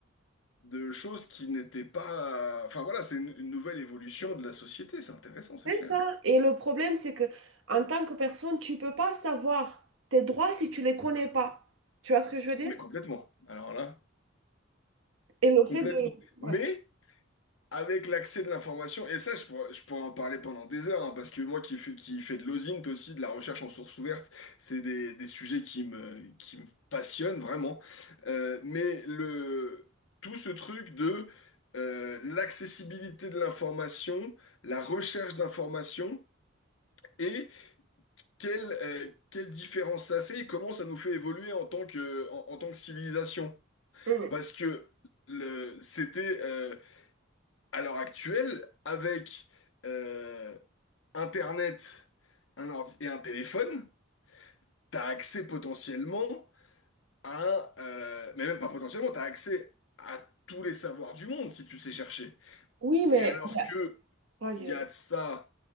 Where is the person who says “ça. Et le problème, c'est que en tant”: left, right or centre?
Right